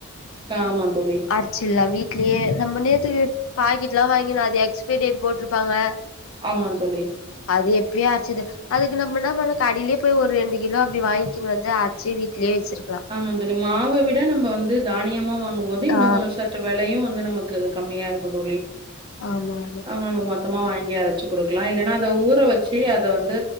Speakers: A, on the right; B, on the left.
A: காமாந் தோழி
B: அரச்சில்லா வீட்லியே நம்ம நேத்து கேட் பாக்கிட்லா வாங்கினு அது எக்ஸ்பிரி டேட் போட்ருபாங்க
A: ஆமாந் தோழி
B: அது எப்பியே அரச்சிது அதுக்கு நாம் என்னாப் பண்ணோ கடலியேப் போய் ஒரு ரெண்டு கிலோப் அப்டி வாய்ங்கினு வந்து அரச்சி வீட்லியே வெச்சிருக்லா
A: ஆமாந் தோழி மாவ விட நம்ம வந்து தானியமா வாங்கும்போது இன்னுங்
B: ஆ
A: கொஞ்ச சத் ட்ற வெலையு வந்து நமக்கு கம்மியாருக்குந் தோழி
B: ஆமா ஆமா
A: நம்ம நம்ம மொத்தமா வாங்கி அரச்சிக் குடுக்லா இல்லேனா அத ஊற வெச்சி அத வந்து